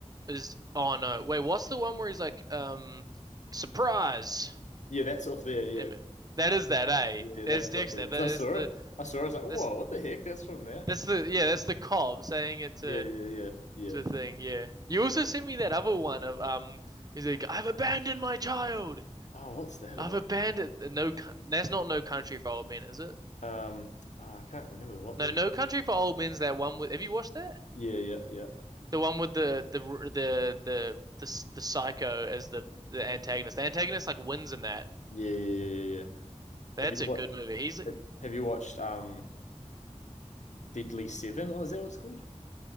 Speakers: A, on the right; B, on the left.
A: is oh no. Wait, what's the one where he's like um surprise?
B: Yeah, that's off there. Yeah,
A: Em- That is that, eh?
B: yeah, that
A: That's
B: is
A: Dexter.
B: off there because
A: That
B: I saw
A: is the
B: it. I saw it. I was like, whoa,
A: that's
B: what the heck? That's from that.
A: that's the yeah, that's the cop saying it to
B: Yeah, yeah, yeah,
A: the
B: yeah.
A: thing, yeah. You also sent me that other one of um, he's like, I've abandoned my child.
B: Oh, what's that
A: I've
B: of?
A: abandoned no. Coun- That's not No Country for Old Men, is it?
B: Um, oh, I can't remember what
A: No,
B: movie.
A: No Country for Old Men's that one with. Have you watched that?
B: Yeah, yeah, yeah,
A: The one with the the the the the the psycho as the the antagonist. The antagonist like wins in that.
B: yeah, yeah, yeah, yeah. yeah.
A: That's
B: Have you
A: a
B: watched?
A: good movie. He's like,
B: Have you watched um Deadly Seven, or is that what it's called?